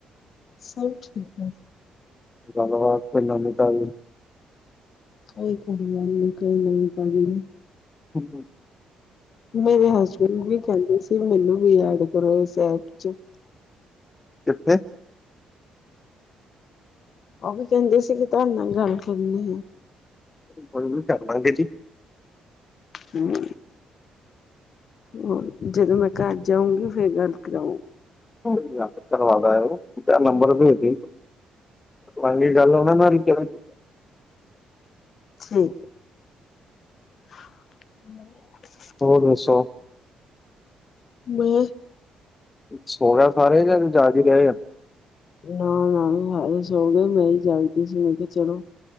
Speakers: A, on the left; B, on the left.
A: ਸਭ ਠੀਕ ਐ।
B: ਗੱਲ ਬਾਤ ਕੋਈ ਨਵੀ ਤਾਜ਼ੀ।
A: ਕੋਈ ਗੱਲਬਾਤ ਨੀ, ਕੋਈ ਨਵੀ ਤਾਜ਼ੀ ਨੀ।
B: ਹੂੰ।
A: ਮੇਰੇ ਹਸਬੈਂਡ ਵੀ ਕਹਿੰਦੇ ਸੀ ਮੈਨੂੰ ਵੀ ਐਡ ਕਰੋ ਇਸ ਐਪ 'ਚ।
B: ਕਿੱਥੇ?
A: ਓ ਵੀ ਕਹਿੰਦੇ ਸੀ ਕਿ ਤੁਹਾਡੇ ਨਾਲ ਗੱਲ ਕਰਨੀ ਐ।
B: ਕੋਈ ਨੀ ਕਰ ਲਾਂਗੇ ਜੀ।
A: ਹੂੰ। ਹੋਰ ਜਦੋਂ ਮੈਂ ਘਰ ਜਾਊਂਗੀ ਫੇਰ ਗੱਲ ਕਰਾਉਂਗੀ।
B: ਕੋਈ ਨੂੰ ਜਾ ਕੇ ਕਰਵਾ ਦਯੋ ਯਾ ਨੰਬਰ ਦੇ ਦੇਈਂ। ਅਗਲੀ ਗੱਲ ਓਨਾਂ ਨਾਲ ਈ ਕਰਾਂਗੇ।
A: ਹਾਂਜੀ। <inaudible>
B: ਹੋਰ ਦਸੋਂ।
A: ਮੈਂ
B: ਸੋਂ ਗਿਆ ਸਾਰੇ ਯਾ ਜਾਗ ਈ ਰਏ ਆ?
A: ਨਾ-ਨਾ, ਸਾਰੇ ਸੋਗੇ ਮੈਂ ਈ ਜਾਗਦੀ ਸੀ, ਮੈਂ ਕਯਾ ਚਲੋ